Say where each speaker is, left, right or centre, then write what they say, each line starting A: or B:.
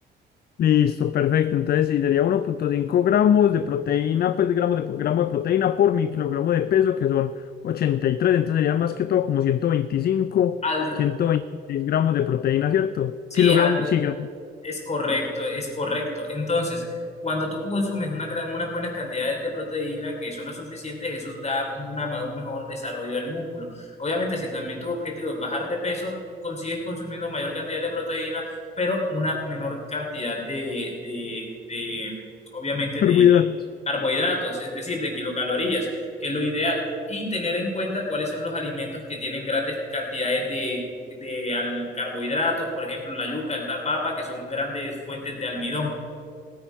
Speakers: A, on the left; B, on the left.
A: Listo, perfecto. Entonces, sí, sería uno punto cinco gramos de proteína, pues de gramos de, gramo de proteína por mi kilogramo de peso, que son ochenta y tres Entonces, serían más que todo como ciento veinticinco
B: Al,
A: ciento 126 gramos de proteína, ¿cierto?
B: sí,
A: Kilogramos,
B: al,
A: sí, gramos de
B: Es correcto, es correcto. Entonces, cuando tú consumes una gran, unas buenas cantidades de proteína que son lo suficientes, eso da una, ma- un mejor desarrollo del músculo. Obviamente, si también tu objetivo es bajar de peso, consigues consumiendo mayor cantidad de proteína, pero una menor cantidad de, de, de obviamente,
A: carbohidratos.
B: de carbohidratos, es decir, de kilocalorías, que es lo ideal y tener en cuenta cuáles son los alimentos que tienen grandes cantidades de, de al- carbohidratos, por ejemplo, la yuca, el- la papa, que son grandes fuentes de almidón.